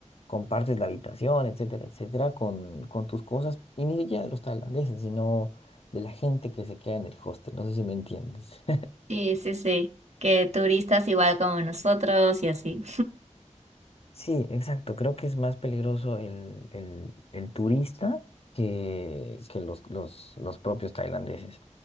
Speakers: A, on the left (about 50°); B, on the right (about 60°).
A: compartes la habitación, etcétera, etcétera, con, con tus cosas y ni siquiera de los tailandeses, sino de la gente que se queda en el hostel. No sé si me entiendes.
B: Sí, sí, sí. Que turistas igual como nosotros y así.
A: Sí, exacto. Creo que es más peligroso el, el- el turista que, que los, los, los propios tailandeses.